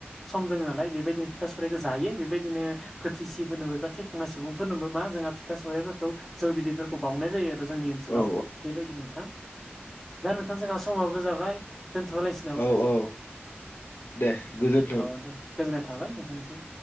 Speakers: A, in the centre; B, on the left (about 65°).
A: सम दङ नालाय बेबायदिनो फिथा साइखौ जायो बेबायदिनो गोथैसिफोरनोबो एबा थैखांनाय सुबुंफोरनोबो मा जोंहा फिथा सौबायाइफोरखौ जौ बिदैफोरखौ बावनाय जायो आरो जोंनि
B: औ
A: ओनसोलाव
B: औ
A: बेबायदि नोंथां दा नोंथां जोंहा समाबो जाबाय दोनथ'आलायसै
B: औ औ दे गोजोन्थों।
A: औ दे गोजोननाय थाबाय नोंथांनिसो